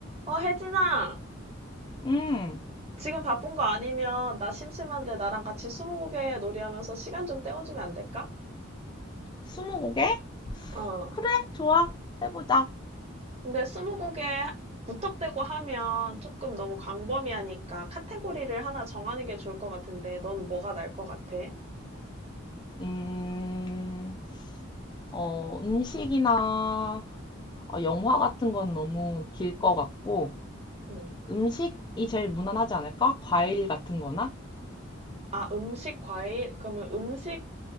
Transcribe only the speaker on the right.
어, 혜진아,
지금 바쁜 거 아니면 나 심심한데 나랑 같이 스무고개 놀이하면서 시간 좀 때워주면 안 될까?
어.
근데 스무고개 무턱대고 하면 조금 너무 광범위하니까 카테고리를 하나 정하는 게 좋을 것 같은데 넌 뭐가 날 것 같아?
음.
아, 음식, 과일? 그러면 음식,